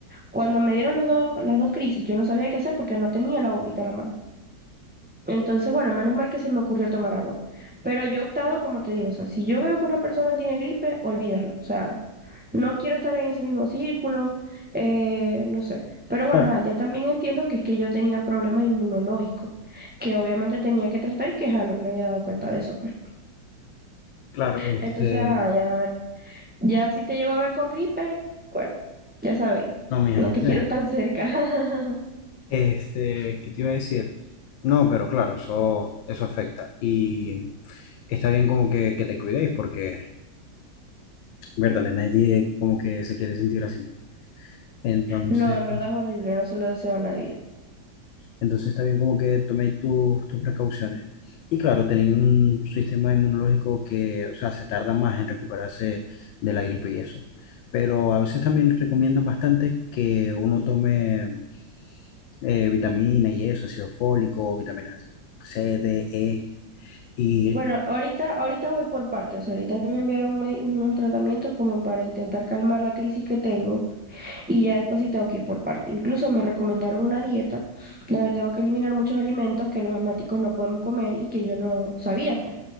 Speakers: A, in the centre; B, on the left.
A: Cuando me dieron los dos, las dos crisis, yo no sabía qué hacer porque no tenía la bombita a la mano. Entonces, bueno, menos mal que se me ocurrió tomar agua. Pero yo he optado, como te digo, o sea, si yo veo que una persona tiene gripe, olvídalo. O sea, no quiero estar en ese mismo círculo, eh, no sé. Pero bueno,
B: claro,
A: ajá, ya también entiendo que es que yo tenía problemas inmunológicos, que obviamente tenía que tratar y que ajá, no me había dado cuenta de eso. <laughs> pues.
B: claro,
A: Entonces,
B: este,
A: ajá, ya, ya si te llego a ver con gripe, bueno, ya sabéis,
B: No, mija,
A: no
B: ya
A: te
B: tenemos.
A: quiero tan cerca. <laughs>
B: Este, ¿qué te iba a decir? No, pero claro, eso, eso afecta. Y está bien como que, que te cuidéis porque, verdad, nadie como que se quiere sentir así. Entonces,
A: No, en verdad es horrible, no se lo deseo a nadie.
B: Entonces también como que tomé tu- tus precauciones. Y claro, tener un sistema inmunológico que, o sea, se tarda más en recuperarse de la gripe y eso. Pero a veces también recomiendan bastante que uno tome eh, vitamina y eso, ácido fólico, vitaminas C, D, E. Y
A: Bueno, ahorita, ahorita voy por partes. Ahorita me enviaron un medi- unos tratamientos como para intentar calmar la crisis que tengo. y ya después sí tengo que ir por parte. Incluso me recomendaron una dieta donde tengo que eliminar muchos alimentos que los asmáticos no podemos comer y que yo no sabía, pues.